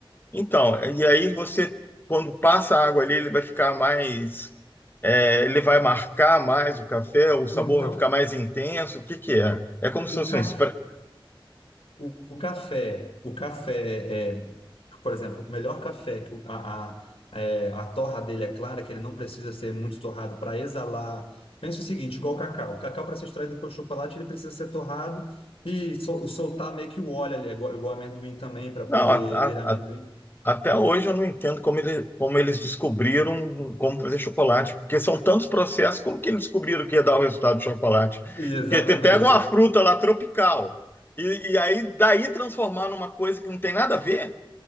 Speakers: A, on the left; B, on the left.
A: Então, e aí você, quando passa a água ali, ele vai ficar mais. é, ele vai marcar mais o café, o sabor
B: Então,
A: vai ficar mais intenso. O que que é? É como se
B: o
A: fosse
B: café
A: um spray.
B: O, o café, o café, é, por exemplo, o melhor café que o- a, a, é, a torra dele é clara, que ele não precisa ser muito torrado para exalar. Pensa o seguinte, igual o cacau. O cacau, para ser extraído com o chocolate, ele precisa ser torrado e sol- soltar meio que o óleo ali, igual, igual amendoim também, para poder
A: Não, a- a-
B: virar amendoim.
A: a- até hoje eu não entendo como, ele- como eles descobriram como fazer chocolate, porque são tantos processos, como que eles descobriram que ia dar o resultado do chocolate?
B: Exatamente,
A: Porque você pega uma fruta lá tropical e, e aí daí transformar numa coisa que não tem nada a ver.